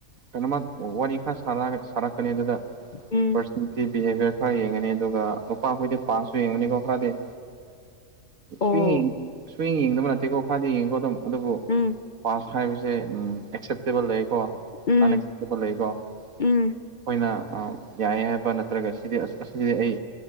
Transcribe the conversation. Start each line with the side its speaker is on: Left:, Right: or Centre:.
Right: ꯀꯩꯅꯣꯃ ꯋꯥꯔꯤ ꯈꯔ ꯁꯥꯔꯛꯑꯒ ꯁꯥꯔꯛꯀꯅꯤ ꯑꯗꯨꯗ
Left: ꯎꯝ
Right: ꯄꯤ ꯕꯤꯍꯦꯕꯤꯌꯔ ꯈꯔ ꯌꯦꯡꯉꯅꯤ ꯑꯗꯨꯒ ꯅꯨꯨꯄꯥ ꯑꯩꯈꯣꯏꯗꯤ ꯄꯥꯁꯁꯨ ꯌꯦꯡꯉꯨꯅꯤꯀꯣ ꯈꯔꯗꯤ
Left: ꯑꯣ
Right: ꯊꯔꯤꯡ ꯊꯔꯤ ꯌꯦꯡꯗꯕ ꯅꯠꯇꯦꯀꯣꯗ ꯌꯦꯡꯉꯀꯣ ꯑꯗꯨꯝ ꯑꯗꯨꯕꯨ
Left: ꯎꯝ
Right: ꯄꯥꯁ ꯍꯥꯏꯕꯁꯦ ꯎꯝ ꯑꯦꯛꯁꯦꯞꯇꯦꯕꯜ ꯂꯩꯀꯣ
Left: ꯎꯝ
Right: ꯅꯟꯑꯦꯛꯁꯦꯞꯇꯦꯕꯜ ꯂꯩꯀꯣ
Left: ꯎꯝ
Right: ꯑꯩꯈꯣꯏꯅ ꯑ ꯌꯥꯏ ꯍꯥꯏꯕ ꯅꯠꯇ꯭ꯔꯒ ꯁꯤꯗꯤ ꯑꯁ ꯑꯁꯤꯗꯤ ꯑꯩ